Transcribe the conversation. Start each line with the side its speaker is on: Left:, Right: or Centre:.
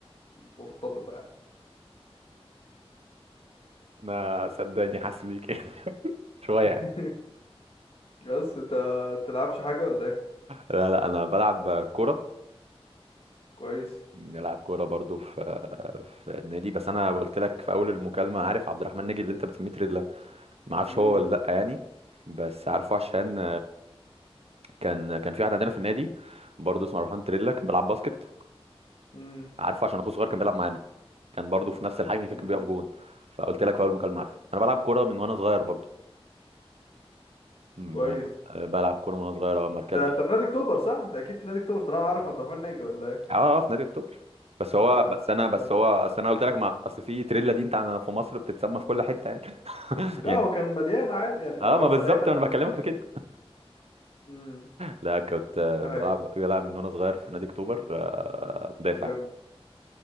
Left: مرتبطه يعني
Right: انا صدقني حاسس بيك <laughs> يعني شويه
Left: <laughs>
Right: يعني
Left: بس انت تلعبش حاجه ولا ايه
Right: لا لا انا بلعب كوره
Left: كويس
Right: بلعب كوره برضو في في النادي بس انا قلت لك في اول المكالمه عارف عبد الرحمن ناجي اللي انت بتسميه تريلا ما اعرفش
Left: امم
Right: هو ولا لا يعني بس عارفه عشان كان كان في واحد عندنا في النادي برضه اسمه روحان تريلا كان بيلعب باسكت
Left: امم
Right: عارفه عشان اخوه صغير كان بيلعب معانا كان برضو في نفس الحجم
Left: أمم.
Right: كده كان بيقف جون فقلت لك في اول مكالمه عارفه انا بلعب كوره من وانا صغير برضو م-
Left: كويس
Right: آه، بلعب كوره من وانا صغير آه، مركزي
Left: انت انت في نادي اكتوبر صح انت اكيد في نادي اكتوبر طالما عارف عبد الرحمن ناجي ولا ايه
Right: اه اه في نادي اكتوبر بس هو
Left: اه
Right: بس انا بس
Left: جامد
Right: هو اصل انا قلت لك ما اصل في تريلا دي انت عندنا في مصر بتتسمى في كل حته يعني <laughs>
Left: لا
Right: يعني
Left: هو كان مليان عادي يعني
Right: اه
Left: اه
Right: ما بالظبط
Left: اه اي حد
Right: انا
Left: مليان
Right: بكلمك في كده
Left: امم
Right: لا كنت آه،
Left: دي
Right: بلعب
Left: حقيقة
Right: بلعب من وانا صغير في نادي اكتوبر آه، مدافع
Left: جامد